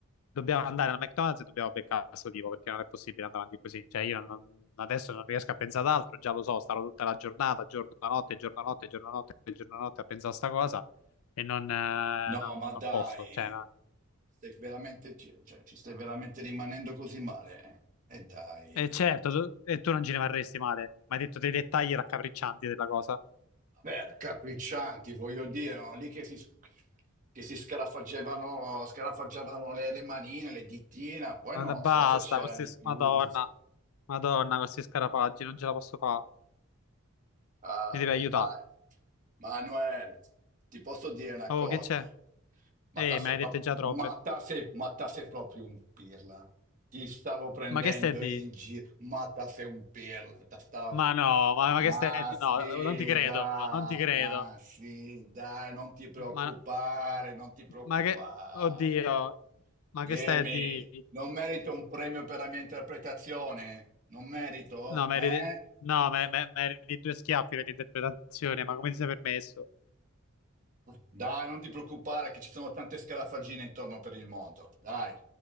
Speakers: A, on the left (about 70°); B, on the right (about 35°).
A: Dobbiamo andare al McDonald's e dobbiamo beccare questo tipo perché non è possibile andare avanti così. Cioè io non- adesso non riesco a pensare ad altro, già lo so, starò tutta la giornata, giorno a notte, giorno a notte, giorno a notte, giorno a notte a pensare a sta cosa e non, eh,
B: No,
A: non-
B: ma dai,
A: non posso. Cioè, no.
B: stai veramente, ci cioè, ci stai veramente rimanendo così male? E dai.
A: E certo, tu, e tu non ci rimarresti male, mi hai detto dei dettagli raccapriccianti della cosa.
B: Vabbè, capriccianti, voglio dire, no? Lì che si, che si scarafaggevano, scarafaggiavano le, le manine, le dittine, poi
A: Ma
B: non
A: da- basta,
B: so se c'era
A: questi...
B: di più.
A: Madonna,
B: <laughs>
A: Madonna, questi scarafaggi, non ce la posso fare.
B: Ah,
A: Mi devi
B: beh,
A: aiutare.
B: dai. Manuel, ti posso dire una
A: Oh,
B: cosa?
A: che c'è?
B: Ma
A: Eh,
B: te sei
A: me ne hai
B: proprio,
A: dette già troppe.
B: ma te sei, ma te sei proprio un pirla. Ti stavo prendendo
A: Ma che stai di?
B: in giro, ma te sei un pirla. Te stavo...
A: Ma no, ma, ma
B: Ma
A: che stai di? No,
B: sì,
A: non ti credo,
B: dai,
A: non ti credo.
B: ma sì, dai, non ti preoccupare,
A: Ma,
B: non ti preoccupare.
A: ma che... Oddio, ma
B: Dimmi,
A: che stai di?
B: non merito un premio per la mia interpretazione? Non merito?
A: No, meriti...
B: Eh?
A: No, me- me- meriti due schiaffi per l'interpretazione, ma come ti sei permesso?
B: Dai, non ti preoccupare che ci sono tante scarafaggine intorno per il mondo. Dai.